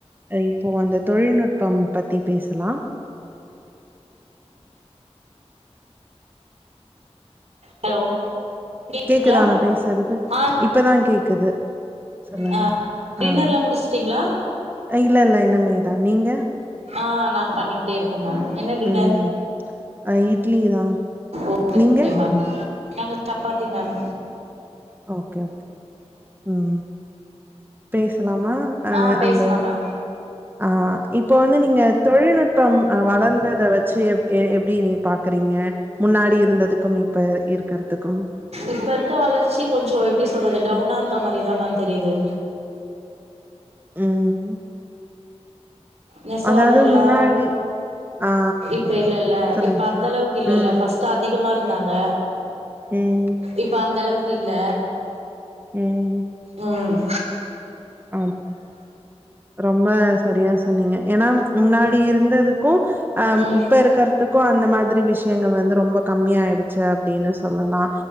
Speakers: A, on the right; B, on the right.
A: இப்போ அந்த தொழில் தொழில்நுட்பம் பத்தி பேசலா
B: ஹலோ கேக்குதுங்களா
A: கேக்குதா நா பேசுறது
B: ஆ
A: இப்பதா கேக்குது சொல்லுங்க
B: ஆ டின்னர்லா
A: அ
B: முடிச்சுட்டீங்களா
A: இல்லல்ல இனமேதா நீங்க
B: ஆ நாங்க பண்ணிக்கிட்டேருக் கோ மேம் என்ன டின்னர்
A: ம் ஆ, இட்லி தா
B: ஓகே
A: நீங்க
B: ஓகே மேம் நாங்க சப்பாத்தி மேம்
A: ஓகே ஓகே ம் பேசலாமா அ
B: ஆ பேசலாம்
A: அந்த
B: மேம்
A: அ இப்போ வந்து நீங்க தொழில்நுட்பம் அ வளந்தத வெச்சி எப் எ எப்டி நீங்க பாக் குறீங்க முன்னாடி இருந்ததுக்கும் இப்ப இருக்குறதுக்கும்
B: இப்ப இருக்க வளர்ச்சி கொஞ்சோ எப்டி சொல்றது டவுனாருக்க மாரிதா மேம் தெரிது
A: ம்
B: நெசவாளர்லா
A: அதாவது முன்னாடி ஆ
B: இப்ப இல்லல்ல
A: சொல்லுங்க,
B: இப்ப அந்தளவுக்கு
A: சொல்லுங்க.
B: இல்லல்ல
A: ம்.
B: பஸ்ட்டு அதிகமா இருந்தாங்க
A: ம்.
B: இப்ப அந்தளவுக்கு இல்ல
A: ம்.
B: ம்
A: ஆமா ரொம்ப சரியா சொன்னீங்க ஏன்னா முன்னாடி இருந்ததுக்கு அ
B: ம்
A: இப்ப இருக்கறதுக்கு அந்த மாதிரி விஷ் யங்கள் வந்து ரொம்ப கம்மியாயிடுச்சே அப்படின்னு சொல்லலா